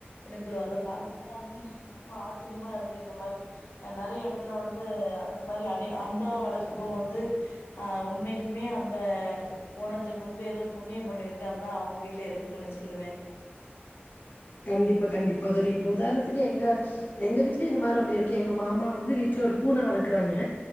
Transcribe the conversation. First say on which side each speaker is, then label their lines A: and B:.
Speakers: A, on the left (about 80°); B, on the left (about 45°).
A: எனக்கு அத பாக்கும்போது வந்து ரொம்ப ஆச்சிரியமா இருக்கு இந்த மாரி நெறைய எடத் இதுல வந்து அந்த மாரி அனி அன்பா வளக்கும் போது வந்து ஆ உண்மைக்குமே அந்த போன ஜென்மத்துல எதோ புண்ணியம் பண்ணிருக்கு அதுதா அவங்க வீட்ல இருக்குன் நெனச்சுக்கிடுவ
B: கண்டிப்பா கண்டிப்பா தோழி இப்ப உதாரணத்துக்கு எங்க எங்க வீட்லயு இந்த மார் ஒண்ணு இருக்கே எங்க மாமா வந்து வீட்ல ஒரு பூன வளக்குறாங்க